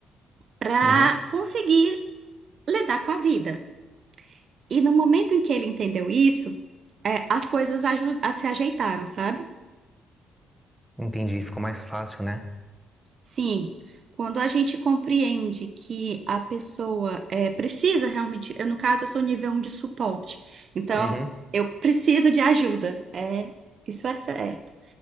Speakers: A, on the right (about 50°); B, in the centre.
A: para
B: Uhum.
A: conseguir lidar com a vida. E no momento em que ele entendeu isso, é, as coisas aju- a- se ajeitaram, sabe?
B: Entendi. Ficou mais fácil, né?
A: Sim, quando a gente compreende que a pessoa é, precisa realmente, eu no caso eu sou nível um de suporte, então
B: Uhum,
A: eu preciso de ajuda, é, isso é certo.